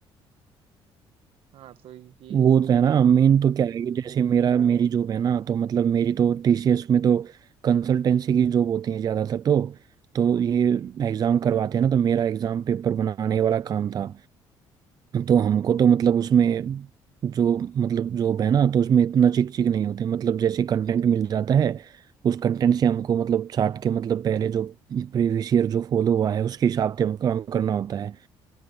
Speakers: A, on the right; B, on the right.
A: हाँ तो ये
B: वो तो है ना मेन तो क्या है कि जैसे मेरा मेरी जॉब है ना तो मतलब मेरी तो टीसीएस में तो कंसल्टेंसी की जॉब होती है ज़्यादातर तो तो ये एग्ज़ाम करवाते हैं ना तो मेरा एग्ज़ाम पेपर बनाने वाला काम था तो हमको तो मतलब उसमें जो मतलब जॉब है ना तो उसमें इतना चिक चिक नहीं होते मतलब जैसे कंटेंट मिल जाता है उस कंटेंट से हमको मतलब छाट के मतलब पहले जो प्रीवियस ईयर जो फॉलो हुआ है उसके हिसाब से हमको काम करना होता है